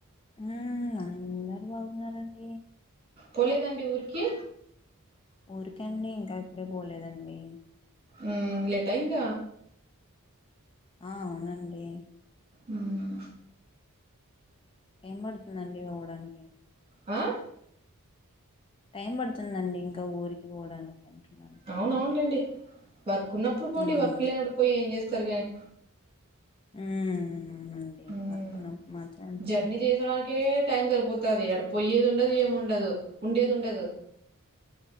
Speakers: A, on the left (about 25°); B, on the right (about 25°).
A: ఉమ్ అందరు బాగున్నారండి
B: పోలేదండి ఊరికి
A: ఊరికే అండి ఇంకా ఇప్పుడే పోలేదండి
B: ఉమ్ లేట్ ఇంగ
A: ఆ అవునండి
B: ఉమ్మ్
A: టైం పడుతుందండి పోవడానికి
B: ఆ
A: టైం పడుతుందండి ఇంకా ఊరికి పోవడానికి అంటున్నాండి
B: అవును అవునులేండి వర్క్ ఉన్నప్పుడు పోండి
A: మ్మ్
B: వర్క్ లేనప్పుడు పోయి ఏం చేస్తారు కానీ
A: ఉ నుండి
B: ఉమ్
A: కున్నామ మాత్రమ
B: జర్నీ చేసడానికే టైం సరిపోతుంది అక్కడ పోయేది ఉండదు ఏముండదు ఉండేది ఉండదు